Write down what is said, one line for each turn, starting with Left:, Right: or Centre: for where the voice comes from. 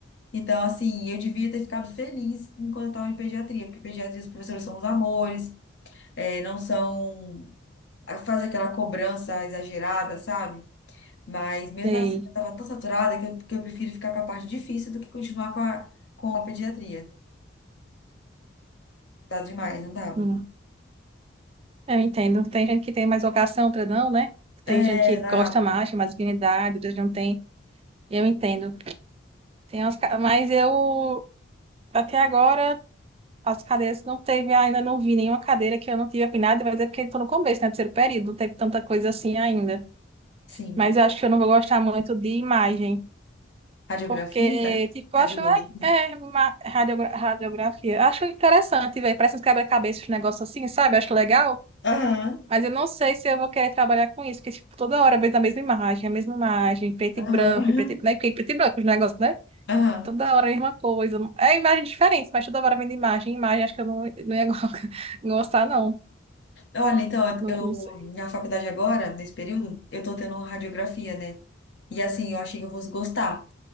Left: Então, assim, eu devia ter ficado feliz enquanto eu estava em pediatria, porque pediatria, os professores são os amores, é não são. faz aquela cobrança exagerada, sabe? Mas mesmo
Right: Sei.
Left: assim, eu estava tão saturada que eu, que eu prefiro ficar com a parte difícil do que continuar com a, com a pediatria. Tá demais, não dava?
Right: Hum, eu entendo. Tem gente que tem mais vocação, outra não, né?
Left: É,
Right: Tem gente que gosta
Left: na,
Right: mais, tem mais afinidade, outras não tem. Eu entendo. Tem umas, ca- mas eu, até agora, as cadeiras não teve, ainda não vi nenhuma cadeira que eu não tive afinidade, mas é porque estou no começo, né? Terceiro período, não teve tanta coisa assim ainda.
Left: sim.
Right: Mas eu acho que eu não vou gostar muito de imagem.
Left: Radiografia?
Right: Porque, tipo, eu
Left: Radiologia?
Right: acho le- é, uma radiogra- radiografia. Acho interessante, velho. Parece uns quebra-cabeças, um negócio assim, sabe? Acho legal.
Left: Aham,
Right: Mas eu não sei se eu vou querer trabalhar com isso, porque, tipo, toda hora vem a mesma imagem, a mesma imagem, preto e branco,
Left: aham,
Right: e preto e, né? Porque Preto e branco, os negócios, né?
Left: aham.
Right: Toda hora a mesma coisa. É imagem diferente, mas toda hora vem de imagem, em imagem. Acho que eu não, não ia <laughs> gostar, não.
Left: Olha, então,
Right: Não,
Left: eu
Right: não sei,
Left: na faculdade agora, nesse período, eu tô tendo radiografia, né? E assim, eu achei que eu fosse gostar,